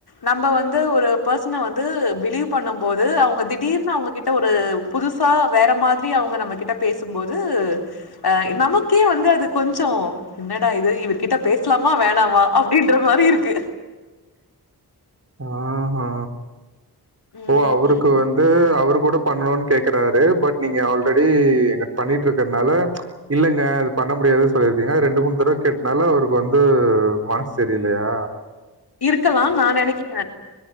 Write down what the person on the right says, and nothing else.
ஆ அ
ஓ அவருக்கு வந் து அவரு கூட பண்னுன் கேக்கறாரு பட் நீங்க ஆல்ரெடி எங்க பண்ணிட்ருக்கறனால இல்லங்க அது பண்ண முடியாது சொல்லிருக்கீங்க அது ரெண்டு மூணு தடவ கேட்னால அவருக்கு வந்து மனசு சரி இல்லயா